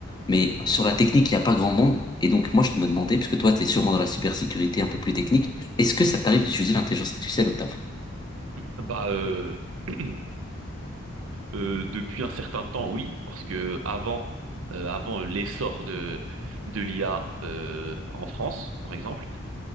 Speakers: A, on the left (about 20°); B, on the right (about 75°).
A: mais sur la technique, il n'y a pas grand monde. Et donc, moi, je me demandais, parce que toi, tu es sûrement dans la cybersécurité un peu plus technique, est-ce que ça t'arrive d'utiliser l'intelligence artificielle au taf?
B: Bah, euh, <clears throat> Euh, depuis un certain temps, oui, parce que avant, euh, avant l'essor de, de l'IA euh, en France, par exemple,